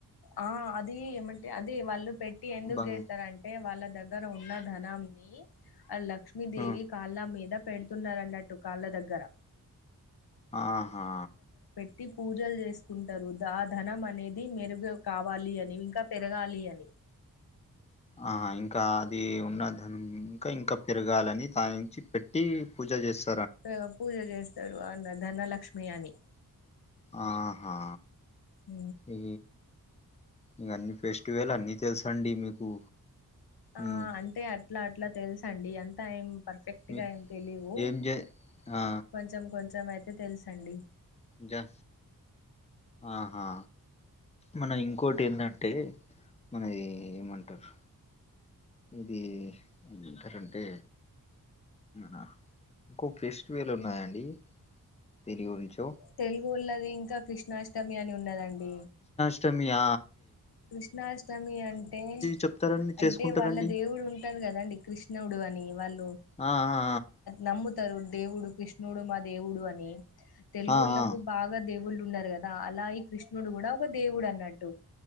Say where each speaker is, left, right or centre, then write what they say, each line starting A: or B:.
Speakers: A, on the left (about 80°); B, on the left (about 15°).
A: ఆ అదిమంటే అది వాళ్ళు పెట్టి ఎందుకు
B: బంగ్
A: చేస్తారంటే వాళ్ళ దగ్గర ఉన్న ధనంని ఆ లక్ష్మీదేవి
B: ఆ,
A: కాళ్ళ మీద పెడుతున్నారన్నట్టు కాళ్ళ దగ్గర
B: ఆహా
A: టి పూజలు చేసుకుంటారు ఆ ధనం అనేది మెరుగ కావాలి అని ఇంకా పెరగాలి అని
B: ఆ ఇంకా అది ఉన్న నం ఇంకా ఇంకా పెరగాలని దాని నుంచి పెట్టి పూజ చేస్త
A: ఆ పూజ చేస్తారు అన్న ధనలక్ష్మి అని
B: ఆహా
A: హ
B: ఈ ఇక అన్నిీ ఫెస్టివెల్ అన్నిీ తెలుస అండి మీకు
A: ఆ
B: ఉమ్,
A: అంటే అట్లా అట్లా తెలుసండి ఎంతా ఏం పర్ఫెక్ట్గా
B: మీ
A: ఏం తెలీవు
B: ఏం చే ఆ
A: కొంచెం కొంచెం అయితే తెలుసండి
B: జా ఆహా మన ఇంకోటి ఏంటంటే మనది ఏమంటారు ఇది ఏమంటారంటే నా ఇంకో ఫెస్టివల్ ఉన్నాయండి దినిగురించి
A: తెలుగులది ఇంకా కృష్ణాష్టమి అని ఉన్నదండి
B: అష్టమియా
A: కృష్ణాష్టమి అంటే
B: చెప్తారండి చేసుకుంటారండి
A: అంటే వాళ్ళ దేవుడు ఉంటారు కదండి కృష్ణ దేవుడు అని వాళ్ళు
B: ఆ ఆ
A: నమ్ముతారు దేవుడు కృష్ణుడు మా దేవుడు అని తెలుగుళ్ళలకు
B: ఆ ఆ
A: బాగా దేవుళ్ళు ఉంటున్నారు కదా అలా ఈ కృష్ణుడు కూడా ఒక దేవుడు అన్నట్టు